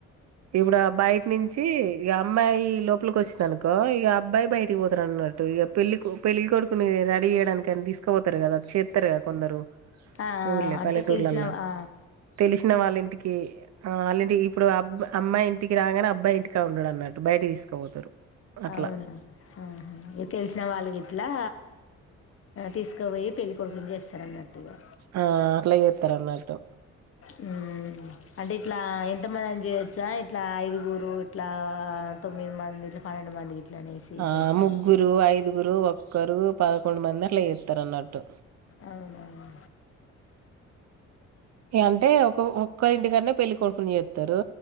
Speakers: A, on the right; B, on the left.
A: ఇప్పుడు బయట నుంచి ఇగ అమ్మాయి లోపలికి వచ్చిందినుకో ఇక అబ్బాయి బయటకి పోతారు అన్నట్టు ఇక పెళ్లి పెళ్లి కొడుకుని రెడీ చేయడానికి కాని తీసుకుపోతారు కదా అది చేస్తారు కద కొందరు
B: ఆ
A: ఊళ్లే
B: అంటే
A: పల్లెటూర్లలా
B: తెలిసిన ఆ
A: తెలిసిన వాళ్ళ ఇంటికి వాళ్ళంటి ఇప్పుడు అబ్బ అమ్మాయి ఇంటికి రాగానే అబ్బాయి ఇంటికి ఉండడు అన్నట్టు బయట తీసుకపోతారు అట్లా
B: అవున అహా తెలిసిన వాళ్ళకి ఇట్లా తీసుకుపోయి పెళ్ళి కొడుకులు చేస్తారన్నట్ టుగా
A: ఆ అట్లా చేస్తారు అన్నట్టు
B: ఊ అంటే ఇట్లా ఎంత మంది అని చేయొచ్చా ఇట్లా ఐదుగురు ఇట్లా తొమ్మిది మంది పన్నెండు మంది ఇట్లా అనేసి
A: ఆ
B: చేస్తారా
A: ముగ్గురు, ఐదుగురు, ఒక్కరు పదకొండు మంది అట్ల చేత్తరన్నట్టు
B: అవునా
A: అంటే ఒక ఒక్కరి ఇంటికనే పెళ్లి కొడుకుని చేస్తారు